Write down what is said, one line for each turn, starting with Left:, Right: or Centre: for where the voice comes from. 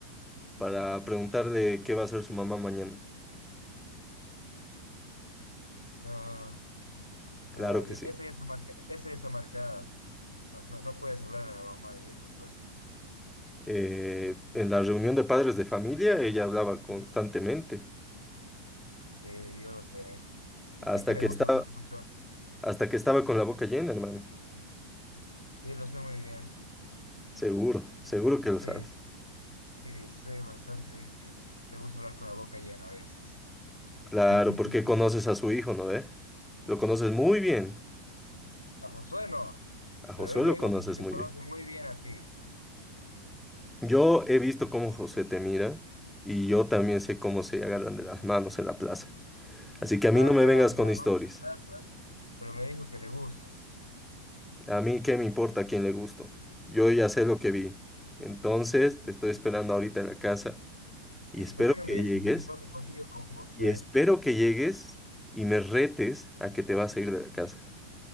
Centre: para preguntarle qué va a hacer su mamá mañana.
Left: No, no,
Centre: Claro que
Left: y-
Centre: sí.
Left: esa ya está marca, esa ya está marcada. No, no, no puedes hablar a la mamá de Josué.
Centre: Eh, en la reunión de padres de familia, ella hablaba constantemente.
Left: Sí, yo lo sé. Y
Centre: Hasta
Left: sé que le
Centre: que
Left: gusta
Centre: estaba,
Left: hablar mucho.
Centre: hasta que estaba con la boca llena, hermano.
Left: Sí, lo sé muy bien.
Centre: Seguro, seguro que
Left: Sí,
Centre: lo sabes.
Left: sí, sé bastante bien que le gusta hablar con la boca llena a veces.
Centre: Claro,
Left: <laughs>
Centre: porque conoces a su hijo, ¿no ve? Lo conoces muy bien.
Left: A Josué no,
Centre: A
Left: pero
Centre: Josué
Left: él me
Centre: lo
Left: dijo
Centre: conoces
Left: que sí te
Centre: muy
Left: conoce
Centre: bien.
Left: muy bien a ti.
Centre: Yo he visto cómo José te mira y yo también sé cómo se agarran de las manos en la plaza. Así que a
Left: No
Centre: mí no
Left: nos
Centre: me
Left: agarramos
Centre: vengas con
Left: de la
Centre: historias.
Left: mano en la plaza, pero me dijo que le gustas.
Centre: A mí qué me importa a quién le gusto. Yo ya sé lo que vi. Entonces te estoy esperando ahorita en la casa y
Left: ¿Y,
Centre: espero
Left: y por qué no
Centre: que
Left: me dices
Centre: llegues
Left: lo que pasa contigo y con Josué?
Centre: y espero que llegues y me retes a que te vas a ir de la casa.